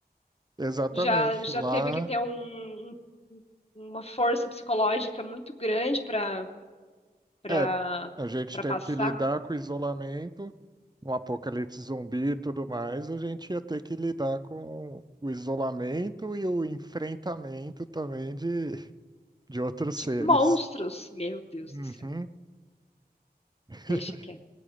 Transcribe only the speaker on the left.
Já, já
teve que ter um, um- uma força psicológica muito grande para para
para
passar
de
monstros. Meu Deus
do céu.
Deixa quieto.